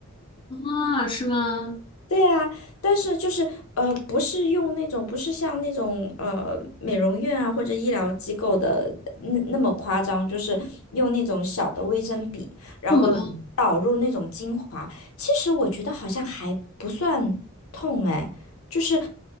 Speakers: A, on the left (about 25°); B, on the left (about 75°).
A: 啊，是吗？
B: 对呀，但是就是呃，不是用那种，不是像那种呃美容院啊或者医疗机构的那那么夸张，就是用那种小的微针笔，然后导入那种精华。
A: 痛不痛？
B: 其实我觉得好像还不算痛哎，就是